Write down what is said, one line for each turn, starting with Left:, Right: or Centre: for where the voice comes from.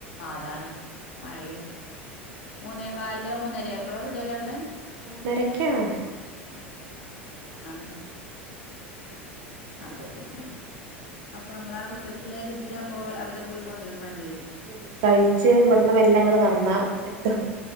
Left: അതാണ് മഴ മൂന്നേ കാല് മുന്നേരെ എപ്പളാ വിടല് ഔടെ
Right: മൂന്നരക്കാണ്
Left: ആഹ് അപ്പത്തിനും അപ്പ നമ്മളാ ഉച്ചക്ക്ല്ലെ ഒരു ഇതില് അപ്പൊ അവരെ പോയി കൊണ്ടുരും വേണ്ടിരും
Right: ഉം കഴിച്ച് ഇവിട്ന്ന് വെല്ലങ്ങട്ട് നടന്നാ ത്തും